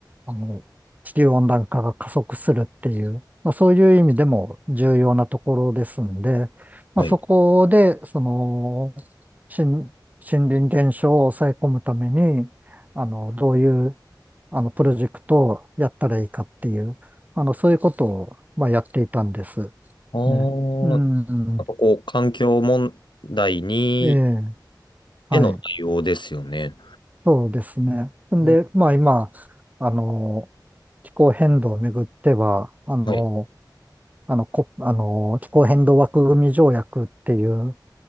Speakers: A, on the right; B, on the left.
A: あの、地球温暖化が加速するっていう、まあ、そういう意味でも重要なところですんで、まあ、
B: はい。
A: そこで、その、森、森林減少を抑え込むために、あの、どういう、あの、プロジェクトをやったらいいかっていう、あの、そういうことを、まあ、やっていたんです。
B: あー、
A: ね。うん。
B: なんかこう、環境問題に、
A: ええ。はい。
B: への対応ですよね。
A: そうですね。んで、
B: お
A: まあ今、あの、気候変動をめぐっては、あの、
B: はい。
A: あの、こ、あの、気候変動枠組み条約っていう